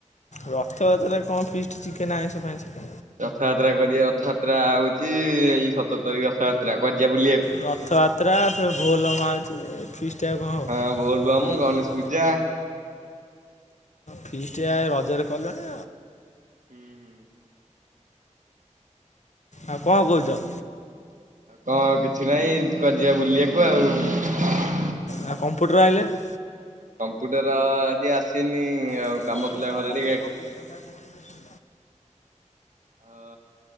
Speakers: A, on the left; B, on the right.
A: ରଥଯାତ୍ରାରେ କଣ ଫିଷ୍ଟ ଚିକେନ୍ ଆଇଁଷ ଫାଇଁସ।
B: ରଥଯାତ୍ରା କରିବେ ରଥଯାତ୍ରା ହଉଛି, ଏଇ ସତର ତାରିଖ ରଥଯାତ୍ରା। କୁଆଡେ ଯିବା ବୁଲିବାକୁ?
A: ରଥଯାତ୍ରା ବୋଲବମ ଆଉଛି। ଫିଷ୍ଟି ଆଉ କଣ ହବ।
B: ହଁ ବୋଲବମ୍ ଗଣେଶ ପୂଜା
A: ଫିଷ୍ଟ ରଜରେ କଲନି।
B: ହୁଁ ହୁଁ
A: ଆଉ କଣ କହୁଛ?
B: କଣ କିଛି ନାଇଁ କଆଡେ ଯିବା ବୁଲିବାକୁ ଆଉ।
A: ଆଉ କମ୍ପ୍ୟୁଟର ଆଇଲେଣି।
B: କମ୍ପ୍ୟୁଟର ଆଜି ଆସିନି। ଆଉ
A: ସେ
B: କାମ
A: ଚବିଶ
B: ଥିଲା
A: ଘଣ୍ଟା
B: ଘରେ ଟିକେ
A: ଚବିଶ ଘଣ୍ଟା ବୁଲୁଚି।
B: ଅ